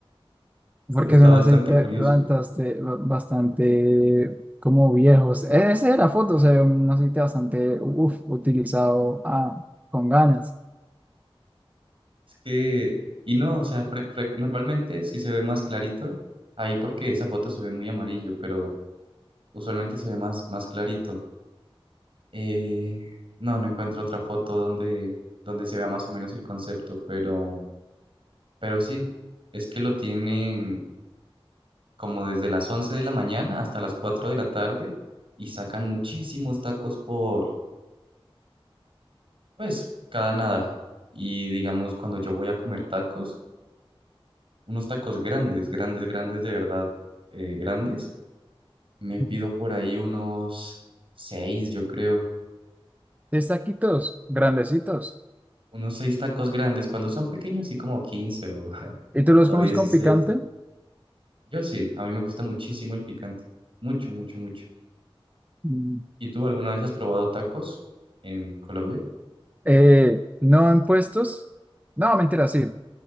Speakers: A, on the right; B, on the right.
A: Sí,
B: Porque
A: Está
B: es un
A: bastante
B: aceite
A: curioso.
B: bastante, bastante como viejos. Esa es la foto, se ve un aceite bastante, uf, utilizado ah, con ganas.
A: Es que, y no, o sea, fre- fre- normalmente sí se ve más clarito ahí porque esa foto se ve muy amarillo, pero usualmente se ve más, más clarito. Eh, no, no encuentro otra foto donde, donde se vea más o menos el concepto, pero, pero sí, es que lo tienen como desde las 11 de la mañana hasta las 4 de la tarde y sacan muchísimos tacos por, pues, cada nada. Y digamos, cuando yo voy a comer tacos, unos tacos grandes, grandes, grandes, de verdad, eh, grandes, me pido
B: Sí.
A: por ahí unos seis, yo creo.
B: 10 taquitos grandecitos.
A: unos seis tacos grandes, cuando son pequeños, así como 15 o, <laughs>
B: ¿Y tú los
A: o
B: comes
A: dieciséis
B: con picante?
A: Yo sí, a mí me gusta muchísimo el picante. Mucho, mucho, mucho.
B: Mm.
A: ¿Y tú alguna vez has probado tacos en Colombia?
B: Eh, no en puestos. No, mentira, sí.